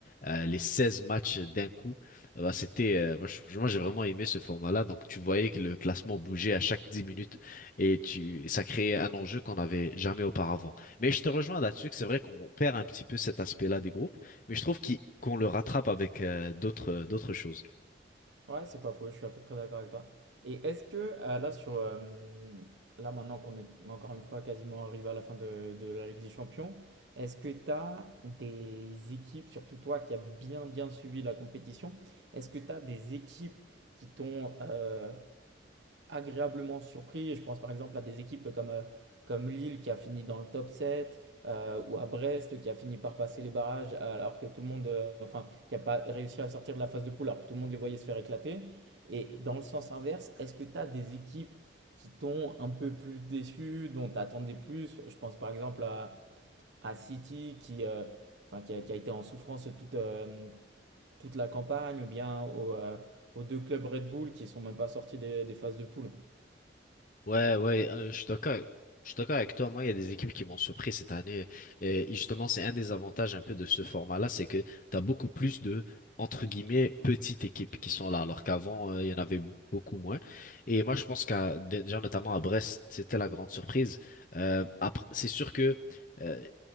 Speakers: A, on the left; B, on the right.
A: euh, les 16 matchs d'un coup, euh, bah, c'était, euh, moi, je- moi, j'ai vraiment aimé ce format-là. Donc, tu voyais que le classement bougeait à chaque 10 minutes et tu, et ça créait un enjeu qu'on n'avait jamais auparavant. Mais je te rejoins là-dessus que c'est vrai qu'on perd un petit peu cet aspect-là des groupes, mais je trouve qu'il- qu'on le rattrape avec euh, d'autres, d'autres choses.
B: Ouais, c'est pas faux, je suis à peu près d'accord avec toi. Et est-ce que euh, là, sur, euh, là maintenant qu'on est encore une fois quasiment arrivé à la fin de, de la Ligue des Champions, est-ce que tu as des équipes, surtout toi qui as bien bien suivi la compétition, est-ce que tu as des équipes qui t'ont euh, agréablement surpris. Je pense par exemple à des équipes comme, euh, comme Lille qui a fini dans le top 7 euh, ou à Brest qui a fini par passer les barrages alors que tout le monde, euh, enfin, qui n'a pas réussi à sortir de la phase de poule alors que tout le monde les voyait se faire éclater. Et dans le sens inverse, est-ce que tu as des équipes qui t'ont un peu plus déçu, dont tu attendais plus? Je pense par exemple à, à City qui, euh, enfin, qui a, qui a été en souffrance toute, euh, toute la campagne ou bien aux, euh, aux deux clubs Red Bull qui ne sont même pas sortis des, des phases de poule.
A: Ouais, ouais, euh, je suis d'accord. Je suis d'accord avec toi. Moi, il y a des équipes qui m'ont surpris cette année. Et justement, c'est un des avantages un peu de ce format-là, c'est que t'as beaucoup plus de, entre guillemets, petites équipes qui sont là, alors qu'avant, euh, il y en avait beaucoup moins. Et moi, je pense qu'à, déjà, notamment à Brest, c'était la grande surprise. Euh, après, c'est sûr que, euh,